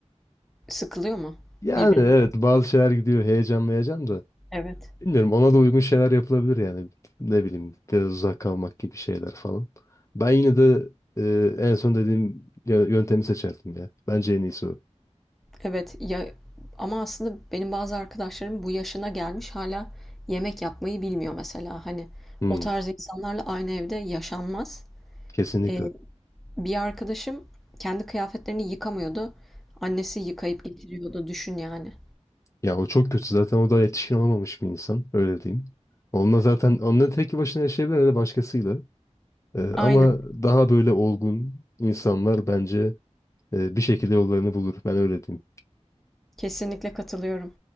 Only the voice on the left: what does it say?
Yani
evet bazı şeyler gidiyor. Heyecan heyecan da.
Bilmiyorum ona da uygun şeyler yapılabilir yani. Ne bileyim biraz uzak kalmak gibi şeyler falan. Ben yine de e, en son dediğim yö- yöntemi seçerdim ya. Bence en iyisi o.
Hmm,
kesinlikle.
Ya o çok kötü. Zaten o da yetişkin olamamış bir insan. Öyle diyeyim. Onunla zaten onunla tek başına yaşayabilir ya da başkasıyla. Ee, ama
daha böyle olgun insanlar bence e, bir şekilde yollarını bulur. Ben öyle diyeyim.